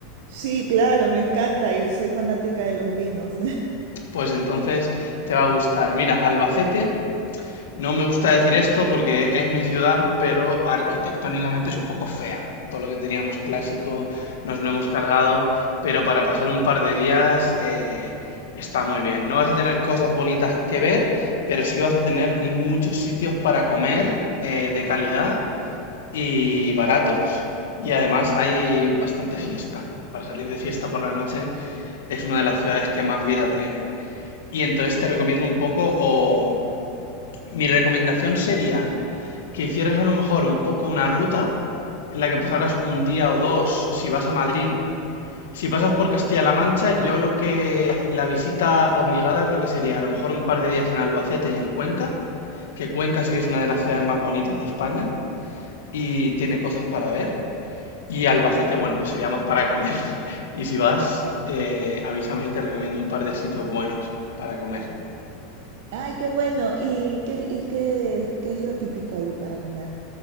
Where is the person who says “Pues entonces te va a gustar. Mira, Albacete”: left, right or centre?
Left